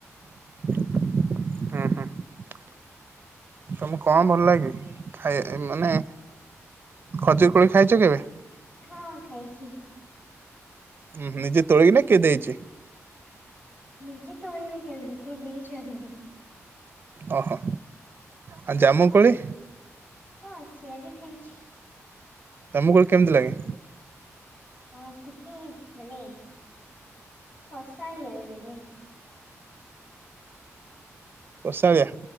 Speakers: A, on the right (about 40°); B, on the left (about 35°).
A: ହୁଁ ହୁଁ। ତମକୁ କଣ ଭଲ ଲାଗେ ଖାଇ ମାନେ ଖଜୁର କୋଳି ଖାଇଛ କେବେ?
B: ହଁ ଖାଇଛି।
A: ଉଁହୁଁ ନିଜେ ତୋଳିକିନା କିଏ ଦେଇଛି?
B: ନିଜେ ତୋଳି ବି କେମିତି କିିଏ ଦେଇଛନ୍ତି।
A: ଓ ହୋ ଆ ଜାମୁକୋଳି?
B: ହଁ ସିଏ ବି ଖାଇଛି।
A: ଦାମକୁଳ କେମିତି ଲାଗେ?
B: ହଁ ଟିକେ। ମାନେ କଷାଳିଆ ଲାଗେ।
A: କଷାଳିଆ।